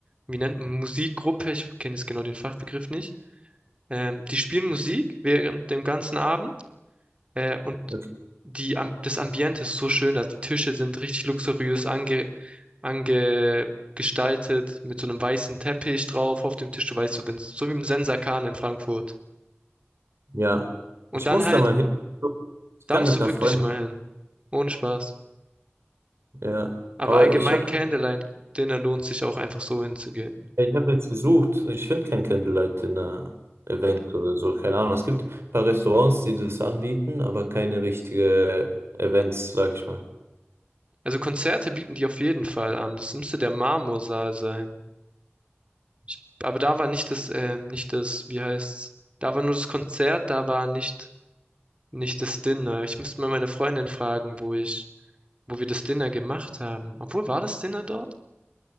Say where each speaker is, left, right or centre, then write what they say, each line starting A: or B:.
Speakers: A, on the right; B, on the right.
A: wie nennt man, Musikgruppe, ich kenne jetzt genau den Fachbegriff nicht. Ähm, die spielen Musik während dem ganzen Abend äh, und
B: Okay.
A: die, Am- das Ambiente ist so schön, also die Tische sind richtig luxuriös ange, ange gestaltet, mit so einem weißen Teppich drauf auf dem Tisch, du weißt, so, wenn's, so wie im Sensakan in Frankfurt.
B: Ja,
A: Und
B: ich
A: dann
B: muss
A: halt,
B: da mal hin. Ich
A: da
B: kann
A: musst
B: mit
A: du
B: einer
A: wirklich
B: Freundin.
A: mal hin. Ohne Spaß.
B: Ja,
A: Aber
B: aber
A: allgemein
B: ich habe
A: Candlelight-Dinner lohnt sich auch einfach so hinzugehen.
B: Ja, Ich habe jetzt gesucht, ich finde kein Candlelight Dinner Event oder so, keine Ahnung. Es gibt ein paar Restaurants, die das anbieten, aber keine richtige Events, sag ich mal.
A: Also Konzerte bieten die auf jeden Fall an. Das müsste der Marmorsaal sein. Ich, aber da war nicht das, ähm, nicht das, wie heißt's? Da war nur das Konzert, da war nicht, nicht das Dinner. Ich müsste mal meine Freundin fragen, wo ich, wo wir das Dinner gemacht haben. Obwohl, war das Dinner dort?